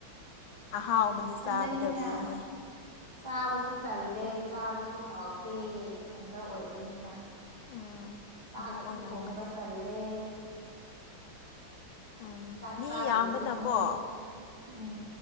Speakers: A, on the left; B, on the right.
A: ꯑꯍꯥꯎꯕꯗꯤ
B: ꯏꯊꯟꯗꯅꯤꯅ
A: ꯆꯥꯒꯗꯕꯅꯤꯍꯦ
B: ꯆꯥꯕꯁꯨ ꯇꯜꯂꯦ ꯆꯥꯕꯁꯨ ꯍꯥꯎꯇꯦ ꯏꯊꯟꯗ ꯑꯣꯏꯕꯅꯤꯅ
A: ꯎꯝ
B: ꯆꯥꯛꯁꯨ
A: ꯑꯗꯨ ꯑꯣꯏꯔꯝꯒꯅꯤ
B: ꯊꯣꯡꯕ ꯇꯜꯂꯦ
A: ꯎꯝ
B: ꯆꯥꯛ
A: ꯃꯤ
B: ꯆꯥꯗ꯭ꯔꯗꯤ
A: ꯌꯥꯝꯕꯅꯀꯣ
B: ꯑꯃꯨꯛ ꯎꯝ